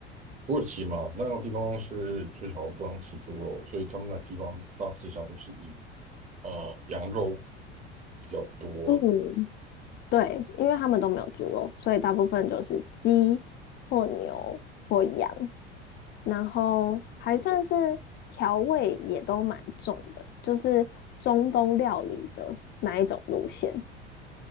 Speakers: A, on the right; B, on the left.
A: 土耳其嘛，那个地方是就少不能吃猪肉，所以他们那地方大致上都是以呃，羊肉比较多。
B: 嗯对，因为他们都没有猪肉，所以大部分就是鸡或牛或羊，然后还算是调味也都蛮重的，就是中东料理的那一种路线。